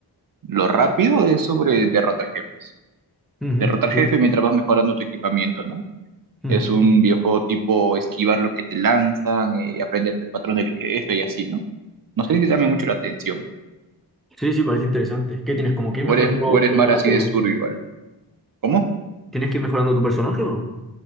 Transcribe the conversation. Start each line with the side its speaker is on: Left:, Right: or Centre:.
Right: lo rápido es sobre derrotar jefes.
Centre: Ujú,
Right: Derrotar
Centre: sí,
Right: jefes mientras vas mejorando tu equipamiento, ¿no?
Centre: ujú,
Right: Es un videojuego tipo esquivar lo que te lanzan, eh, aprenderte el patrón del jefe y así, ¿no? No sé
Centre: sí.
Right: si llama mucho la atención.
Centre: Sí, sí, parece interesante. ¿Qué tienes? ¿Como que ir
Right: O
Centre: mejorando
Right: eres, o
Centre: tu
Right: eres
Centre: personaje
Right: más así de
Centre: o no?
Right: survival. ¿Cómo?
Centre: ¿Tienes que ir mejorando tu personaje o no?